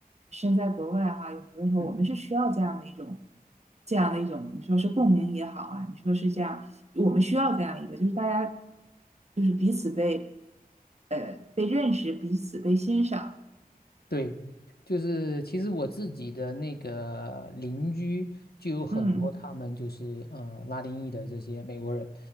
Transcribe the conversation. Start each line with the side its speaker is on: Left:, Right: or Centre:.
Right: 身在国外哈，有的时候我们是需要这样的一种，
Left: 嗯
Right: 这样的一种，你说是共鸣也好啊，你说是这样，我们需要这样一个，就是大家就是彼此被呃被认识，彼此被欣赏，
Left: 对，就是其实我自己的那个邻居就有很多他们就是呃拉丁裔的这些美国人，
Right: 嗯